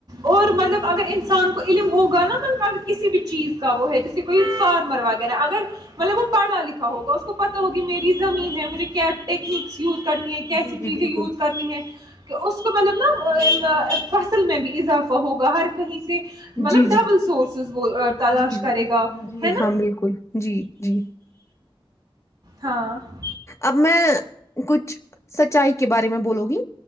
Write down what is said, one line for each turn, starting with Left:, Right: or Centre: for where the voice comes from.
Right: اور مطلب اگر انسان کو علم ہوگا ن ملبا کسی بھی چیز کا وہ ہے جیسے کوئی فارمر وغیرہ اگر مطلب وہ پڑھا لکھا ہوگا پتا ہوگی میری زمین ہے مجھے کیاٹ یوز کرنی ہے کیسی
Left: جی
Right: چیزیں
Left: بالکل
Right: یوز کرنی ہے اس کو مطلب نا توا فصل میں بھی اضافہ ہوگا ہر کہیں سے مطلب
Left: جی جی
Right: ڈبل سورسز وہ تلاش
Left: جی
Right: کرے
Left: جی
Right: گا
Left: جی
Right: ہے
Left: ہاں
Right: نا
Left: بالکل جی جی
Right: ہاں
Left: اب میں کچھ سچائی کے بارے میں بولو گی